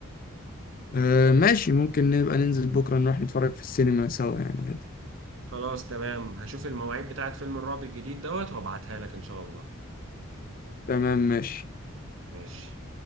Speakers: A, on the left; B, on the right.
A: آه ماشي ممكن نبقى ننزل بكرة نروح نتفرج في السينما سوا يعني عادي
B: خلاص تمام هشوف المواعيد بتاعت فيلم الرعب الجديد دوت وابعتها لك ان شاء الله
A: تمام ماشي
B: ماشي